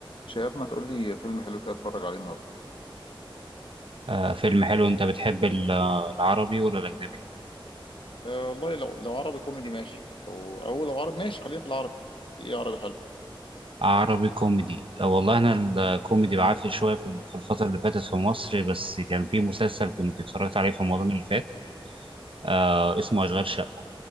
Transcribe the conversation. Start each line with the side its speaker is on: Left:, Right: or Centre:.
Left: شهاب ما تقول لي فيلم حلو كده اتفرج عليه النهارده
Right: آه فيلم حلو انت بتحب ال- العربي ولا الاجنبي
Left: أه والله لو لو عربي كوميدي ماشي او او لو عربي ماشي خلينا في العربي في ايه عربي حلو
Right: عربي كوميدي آه والله انا الكوميدي بعافيه شويه في في الفتره اللي فاتت في مصر بس كان في مسلسل كنت اتفرجت عليه في رمضان اللي فات آه اسمه اشغال شقه